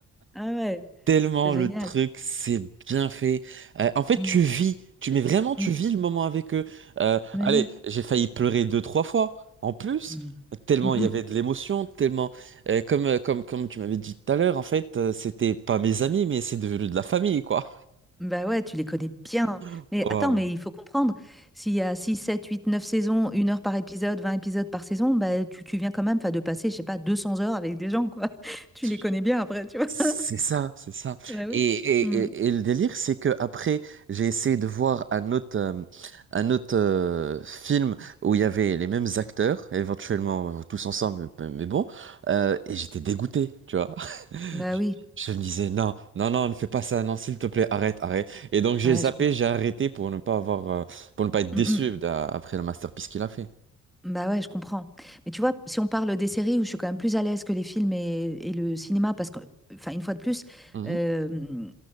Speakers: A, in the centre; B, on the right (about 40°).
A: Ah ouais,
B: Tellement
A: c'est génial.
B: le truc, c'est bien fait. Euh, en fait,
A: Mm,
B: tu vis, tu mais vraiment tu
A: mm,
B: vis le moment avec eux. Euh,
A: Mais
B: allez,
A: oui.
B: j'ai failli pleurer deux, trois fois en plus.
A: Mm,
B: Tellement
A: mm,
B: il y
A: mm.
B: avait de l'émotion, tellement euh, comme euh, comme comme tu m'avais dit tout à l'heure, en fait, euh, c'était pas mes amis, mais c'est devenu de la famille quoi.
A: Bah ouais, tu les connais bien.
B: <laughs>
A: Mais attends, mais il faut comprendre, s'il y a 6, 7, 8, 9 saisons, une heure par épisode, 20 épisodes par saison, bah tu, tu viens quand même 'fin, de passer, je sais pas, 200 heures avec des gens, quoi. <laughs> Tu
B: Oh.
A: les connais bien après, tu vois.
B: C'est
A: <laughs>
B: ça, c'est ça.
A: Bah oui.
B: Et, et,
A: Mm.
B: et, et le délire, c'est que après, j'ai essayé de voir un autre, euh, un autre euh, film où il y avait les mêmes acteurs, éventuellement euh, tous ensemble, mais, mais bon, euh, et j'étais dégoûté, tu vois. <laughs>
A: Bah oui,
B: Je, je me disais, non, non, non, ne fais pas ça, non, s'il te plaît, arrête, arrête. Et donc j'ai
A: ouais,
B: zappé,
A: je comprends.
B: j'ai arrêté pour ne pas avoir, euh, pour ne pas être déçu
A: Mm, mm.
B: d'a- après le masterpiece qu'il a fait.
A: Bah ouais, je comprends. Mais tu vois, si on parle des séries où je suis quand même plus à l'aise que les films et, et le cinéma, parce que, enfin, une fois de plus,
B: Mhm.
A: euh,